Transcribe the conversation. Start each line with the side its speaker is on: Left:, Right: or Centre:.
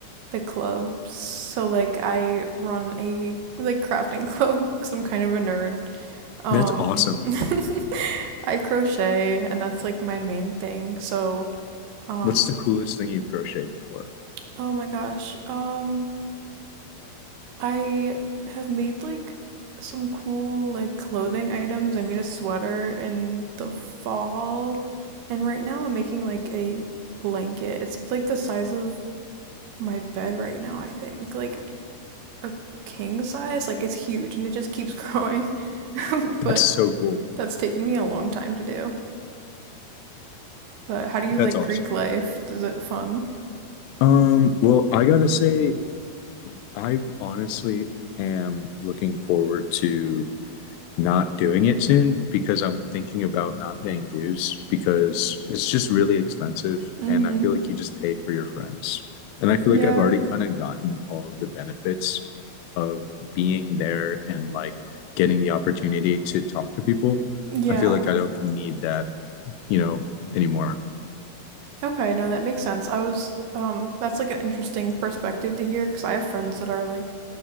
Right: the club. So like I run a like crafting <laughs> club cuz I'm kind of a nerd. Um
Left: That's awesome.
Right: <laughs> I crochet and that's like my main thing. So um
Left: What's the coolest thing you've crocheted before?
Right: oh my gosh. Um I have made like some cool like clothing items. I made a sweater in the fall and right now I'm making like a blanket. It's like the size of my bed right now, I think. Like a king size. Like it's huge and it just keeps growing. <laughs>
Left: That's
Right: but
Left: so cool.
Right: that's taken me a long time to do. But how do you
Left: That's
Right: like
Left: awesome.
Right: Greek life? Is it fun?
Left: Um, well, I gotta say, I honestly am looking forward to not doing it soon because I'm thinking about not paying dues because it's just really expensive
Right: Mm-hmm.
Left: and I feel like you just pay for your friends. And I feel
Right: Yeah.
Left: like I've already kind of gotten all of the benefits of being there and like getting the opportunity to talk to people.
Right: Yeah.
Left: I feel like I don't need that, you know, anymore.
Right: Okay, no, that makes sense. I was um that's like an interesting perspective to hear because I have friends that are like